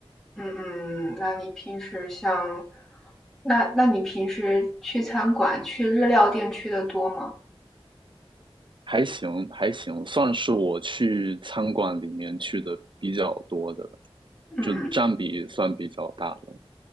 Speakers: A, in the centre; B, on the right.
A: 嗯嗯，那你平时像，那那你平时去餐馆、去日料店去的多吗？
B: 还行还行，算是我去餐馆里面去的比较多的了，
A: 嗯嗯，
B: 就占比算比较大的，